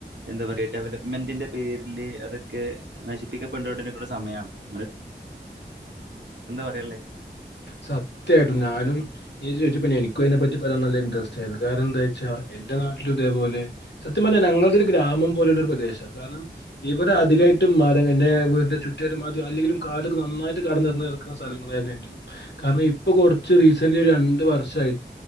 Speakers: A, on the right (about 85°); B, on the left (about 75°).
A: എന്താ പറയുക
B: ഉം
A: ഡെവലപ്മെന്റിന്റെ പേരില് അതൊക്കെ നശിപ്പിക്കപ്പെണ്ടോരിക്കുന്ന സമമാണല്ലോ പറയാ
B: സത്യായിട്ടും ഞാനും ചോ പിന്നെ എനിക്കുതിനെറ്റി പറയാ നല്ല ഇൻറ്രസ്റ്റ് ആരുന്നു കാരണം എന്താ വെച്ചാ എന്റെ നാട്ടിലും ഇതേപോലെ സത്യം പറഞ്ഞ ഞങ്ങളുടെ ഒരു ഗ്രാമം പോലുള്ള ഒരു പ്രദേശമാണ് കാരണം ഇവിടെ അധികമായിട്ടും മ എന്റെ വീട്ടിൽ ചു <unintelligible> അല്ലെങ്കും ാലൊ നന്നായിട്ട് കട നിറന്ന നിക്കുന്ന സ്ഥലങ്ങളായിരുന്നു കാരണം ഇപ്പൊ കുറച്ച് റീസന്റ്ലി ഒരു രണ്ട് വർഷം